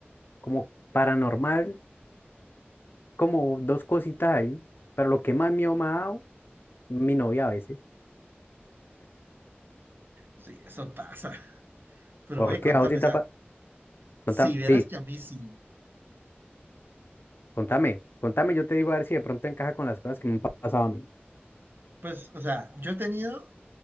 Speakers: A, on the left (about 60°); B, on the right (about 55°).
A: como paranormal, como dos cositas ahí, pero lo que más miedo me ha dado, mi novia a veces.
B: Sí, eso pasa. Pero
A: ¿Por
B: ve,
A: qué?
B: contame,
A: A vos sí
B: o
A: te
B: sea,
A: ha pa-
B: si
A: contá-
B: vieras
A: sí,
B: que a mí sí,
A: contame, contame, yo te digo a ver si de pronto encaja con las cosas que me han pa- pasado a mí.
B: pues, o sea, yo he tenido,